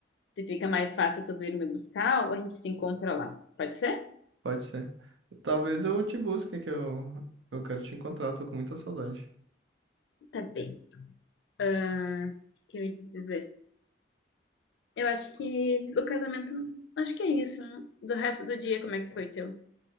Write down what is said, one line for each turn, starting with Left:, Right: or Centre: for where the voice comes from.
Left: Se fica mais fácil tu vir me buscar ou a gente se encontra lá. Pode ser?
Right: pode ser. Talvez eu te busque, que eu, eu quero te encontrar, eu tô com muita saudade.
Left: Tá bem. Ah, o que eu ia te dizer? Eu acho que o casamento. Acho que é isso. né? Do resto do dia, como é que foi teu?